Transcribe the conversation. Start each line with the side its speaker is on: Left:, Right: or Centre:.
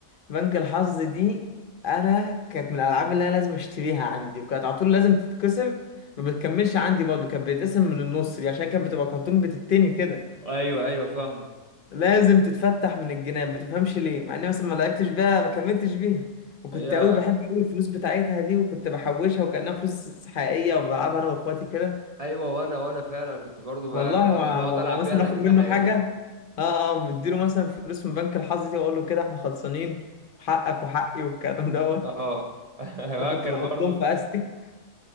Left: بنك الحظ دي انا كانت من الالعاب اللي انا لازم اشتريها عندي وكانت على طول لازم تتكسر ما بتكملش عندي برضه كانت بتتقسم من النص دي عشان كانت بتبقى كرتون بتتني كده
Right: ايوه ايوه فاهمة
Left: لازم تتفتح من الجنان ما تفهمش ليه مع اني مثلا ما لعبتش بيها ما كملتش بيها وكنت
Right: هي
Left: قوي بحب قوي الفلوس بتاعتها دي وكنت بحوشها وكأنها فلوس حقيقية وبلعبها انا واخواتي كده
Right: ايوه وانا وانا فعلا كنت برضو
Left: والله
Right: ب- بقعد
Left: و-
Right: بقعد
Left: و-
Right: العب
Left: ومثلا
Right: بيها لكنها
Left: اخد منه
Right: حقيقية
Left: حاجة اه اه مديله مثلا فلوس من بنك الحظ دي واقول له كده احنا خلصانين حقك وحقي والكلام دوت
Right: اه <laughs>
Left: وكنت
Right: كان
Left: بحطهم
Right: برضو
Left: في استك